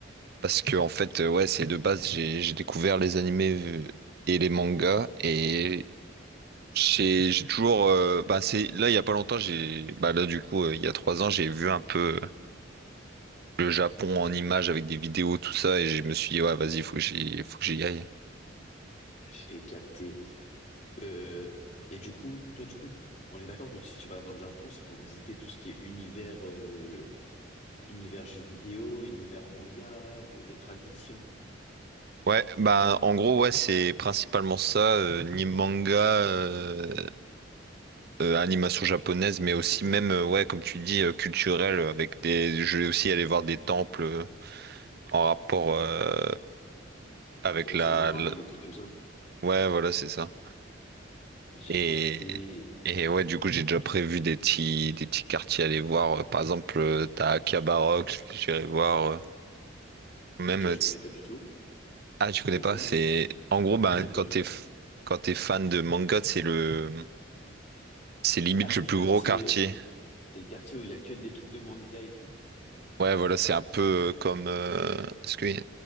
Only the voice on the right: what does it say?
Parce que, en fait, euh, ouais, c'est de base, j'ai j'ai découvert les animés euh, et les mangas. Et j'ai j'ai toujours. euh, bah, c'est, là, il y a pas longtemps, j'ai. Bah, là, du coup, euh, il y a trois ans, j'ai vu un peu euh, le Japon en images avec des vidéos, tout ça. Et je me suis dit, ouais, vas-y, faut que j'y faut que j'y aille.
Ouais, bah en gros ouais c'est principalement ça, euh, ni manga, euh, euh, animation japonaise, mais aussi même, euh, ouais, comme tu dis, euh, culturelle, avec des. Je vais aussi aller voir des temples euh, en rapport euh, avec
la,
la-
Ouais, voilà, c'est ça.
Et,
et ouais, du coup, j'ai déjà prévu des petits, des petits quartiers à aller voir. Euh, Par exemple, euh, t'as Akihabara, que j'irai voir. euh, Même.
euh,
t's-
Ah, tu connais
pas? C'est.
En
gros, ben,
quand
t'es
f- quand t'es fan de manga, c'est le. C'est limite
le plus
gros quartier.
Ouais, voilà, c'est un peu euh, comme. euh, Est-ce qu'il y a